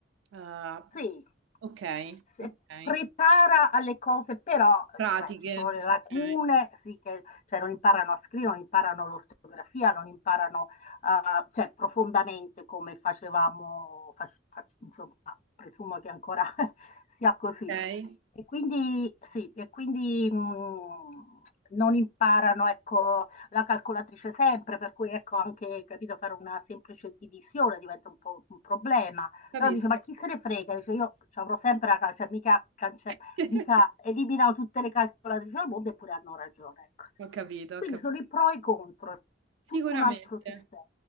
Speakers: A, on the right; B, on the left.
A: ah,
B: Sì,
A: ok,
B: se-
A: ok,
B: prepara alle cose, però
A: pratiche,
B: cioè, ci sono le lacune,
A: ok,
B: sì, che cioè, non imparano a scrivere, non imparano l'ortografia, non imparano eh, cioè, profondamente come facevamo, fac- fac- insomma, presumo che ancora <laughs> sia così.
A: ok,
B: E quindi, sì, e quindi mh, non imparano, ecco, la calcolatrice sempre, per cui, ecco, anche, capito, fare una semplice divisione diventa un po' un problema.
A: capisco.
B: Però dice, ma chi se ne frega? Dice, io ci avrò sempre la calce, mica, cance-
A: <laughs>
B: mica eliminano tutte le calcolatrici al mondo eppure hanno ragione. Ecco.
A: Ho capito,
B: Quindi
A: ho capito.
B: sono i pro e i contro, è
A: Sicuramente.
B: tutto un altro sistema.